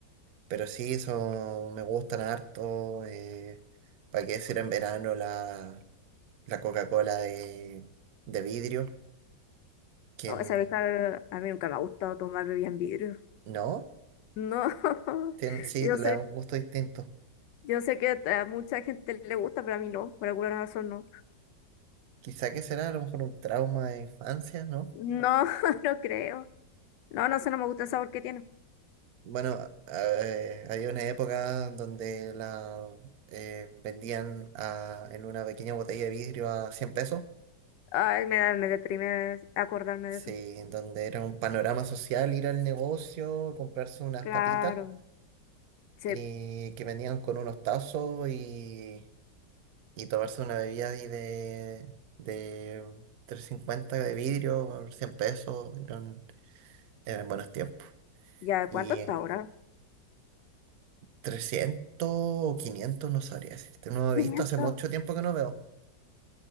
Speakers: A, on the right; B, on the left.
A: Pero sí, eso me gustan harto. eh, ¿para qué decir en verano la, la Coca-Cola de, de vidrio? ¿Quién
B: Oh, esa vez a mí nunca me ha gustado tomar bebidas en vidrio.
A: no?
B: No, <laughs>
A: Tien- sí,
B: yo
A: te
B: soy
A: le da un gusto distinto.
B: Yo sé que a mucha gente le gusta, pero a mí no, por alguna razón no.
A: Quizá que será a lo mejor un trauma de infancia, ¿no?
B: No, <laughs> no creo. No, no sé, no me gusta el sabor que tiene.
A: Bueno, eh, había una época donde la eh, vendían a- en una pequeña botella de vidrio a 100 pesos.
B: Ay, me da, me deprime acordarme
A: Sí,
B: de eso.
A: en donde era un panorama social ir al negocio, comprarse unas
B: Claro.
A: papitas
B: Sí.
A: eh, que venían con unos tazos y, y tomarse una bebida ahí de, de 350 de vidrio por 100 pesos. Eran, eran buenos tiempos.
B: ¿Ya
A: Y
B: cuánto está
A: eh,
B: ahora?
A: 300 o 500 no sabría decirte. No he
B: quinientos
A: visto, hace mucho tiempo que no veo.